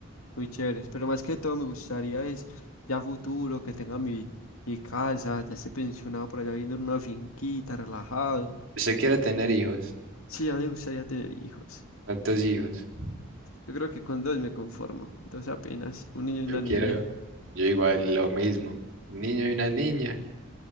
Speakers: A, on the left (about 85°); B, on the right (about 65°).
A: muy chéveres. Pero más que todo me gustaría es ya futuro, que tenga mi, mi casa, ya esté pensionado por allá viendo en una finquita, relajado.
B: ¿Usted quiere tener hijos?
A: Sí, a mí me gustaría tener hijos.
B: ¿Cuántos hijos?
A: Yo creo que con dos me conformo. Dos apenas, un niño y
B: Yo
A: una niña.
B: quiero, yo igual, lo mismo. Un niño y una niña.